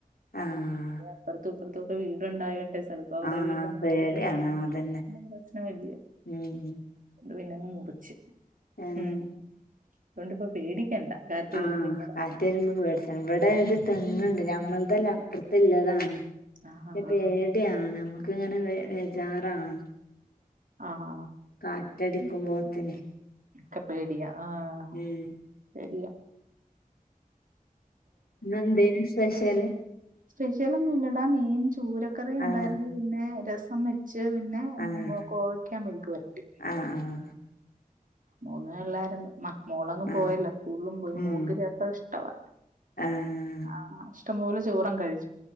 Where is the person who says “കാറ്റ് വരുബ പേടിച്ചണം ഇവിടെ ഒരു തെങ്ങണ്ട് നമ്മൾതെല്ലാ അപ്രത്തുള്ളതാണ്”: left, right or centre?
Left